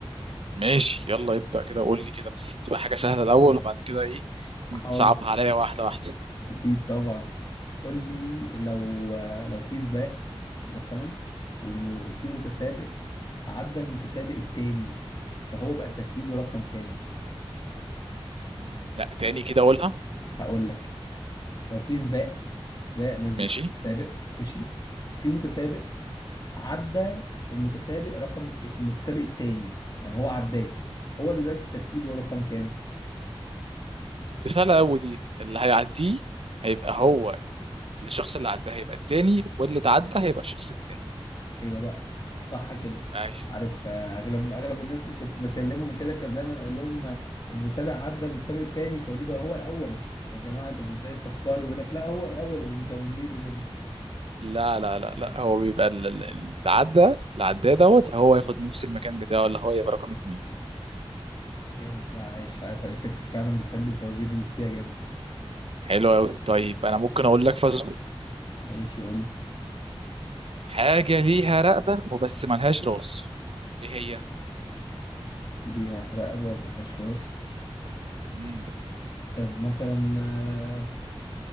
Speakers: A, on the right; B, on the left.
A: ماشي يلا ابدا كده قول لي كده بس تبقى حاجه سهله الاول وبعد كده ايه
B: حاضر
A: تصعبها عليا واحده واحده
B: اكيد طبعا قول لي لو لو في سباق مثلا والم... وفي متسابق عدى المتسابق التاني فهو بقى ترتيبه رقم كام
A: مم، لا تاني كده اقولها
B: هقول لك لو في سباق سباق ناس بتسابق
A: ماشي
B: ماشي في متسابق عدى المتسابق رقم المتسابق التاني يعني هو عداه هو دلوقتي ترتيبه رقم كام
A: دي سهله قوي دي اللي هيعديه هيبقى هو الشخص اللي عداه هيبقى التاني واللي اتعدى هيبقى الشخص التاني
B: ايوه بقى صح كده
A: ايوه
B: عارف آه، اغلب اغلب الناس اللي كنت بكلمهم كده كان دايما اقول لهم آه، المتسابق عدى المتسابق التاني فيقولوا لي بقى هو الاول يا جماعه طب ازاي فكروا يقول لك لا هو الاول يبقوا مصممين وكده
A: لا لا لا لا هو بيبقى ال- ال- اللي عدى اللي عداه دوت هو ياخد نفس المكان بتاعه اللي هو يبقى رقم اتنين
B: جامد لا عايش عايش عليك شكلك فعلا بتحب الفوازير اللي فيها جامد
A: حلو قوي طيب انا ممكن اقول لك فزور
B: ماشي قول لي
A: حاجه ليها رقبه وبس ملهاش راس ايه هي
B: ليها رقبه وملهاش راس
A: مم.
B: طب مثلا